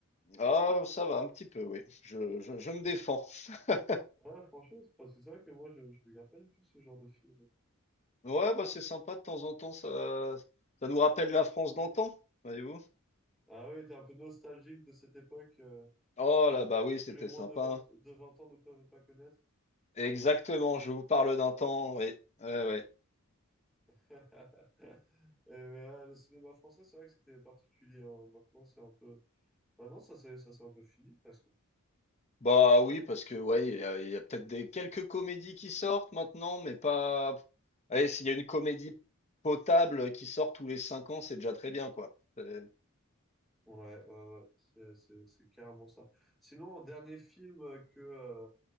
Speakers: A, on the left (about 30°); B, in the centre.
A: Ah, ça va un petit peu, oui. Je, je, je me défends. <laughs>
B: Ouais, franchement, c'est parce que c'est vrai que moi, je, je regarde pas du tout ce genre de film.
A: Ouais, bah c'est sympa de temps en temps, ça, ça nous rappelle la France d'antan, voyez-vous.
B: Ah oui, t'es un peu nostalgique de cette époque euh,
A: Oh
B: que
A: là,
B: les,
A: bah oui, c'était
B: que les moins
A: sympa.
B: de vingt de 20 ans ne peuvent pas connaître.
A: Exactement, je vous parle d'un temps, ouais. Ouais, ouais.
B: <laughs> Et, mais, ah, le cinéma français, c'est vrai que c'était particulier. hein. Maintenant, c'est un peu... Maintenant, ça c'est ça c'est un peu fini presque.
A: Bah oui, parce que ouais, il y a, il y a peut-être des quelques comédies qui sortent maintenant, mais pas. Allez, s'il y a une comédie potable qui sort tous les cinq ans, c'est déjà très bien, quoi. Euh,
B: Ouais, euh, c'est c'est- c'est carrément ça. Sinon, dernier film euh, que euh,